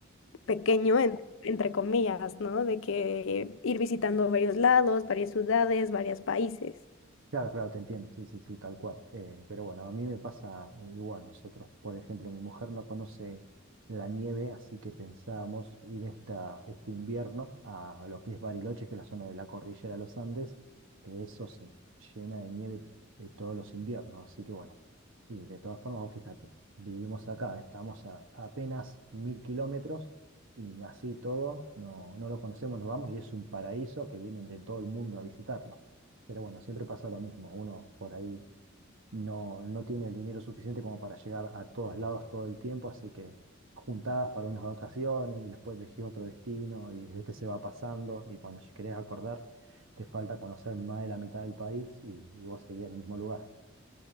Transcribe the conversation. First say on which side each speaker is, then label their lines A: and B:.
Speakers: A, on the left; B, on the right.
A: pequeño, en- entre comillas, ¿no? De que ir visitando varios lados, varias ciudades, varios países.
B: Claro, claro, te entiendo, sí, sí, sí, tal cual. Eh, pero bueno, a mí me pasa eh, igual. Nosotros, por ejemplo, mi mujer no conoce la nieve, así que pensábamos ir esta, este invierno a lo que es Bariloche, que es la zona de la cordillera de los Andes, que eso se llena de nieve eh, todos los inviernos. Así que bueno, y de todas formas, vos fíjate, vivimos acá, estamos a, a apenas mil kilómetros y así todo, no, no lo conocemos, nos vamos y es un paraíso que vienen de todo el mundo a visitarlo. Pero bueno, siempre pasa lo mismo. Uno por ahí no, no tiene el dinero suficiente como para llegar a todos lados todo el tiempo, así que juntadas para unas vacaciones y después elegí otro destino y este se va pasando y cuando querés acordar te falta conocer más de la mitad del país y, y vos seguís en el mismo lugar.